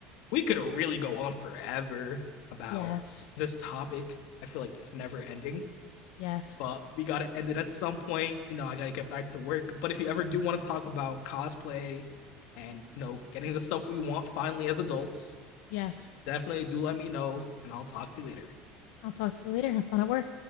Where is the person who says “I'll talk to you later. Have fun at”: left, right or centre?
Left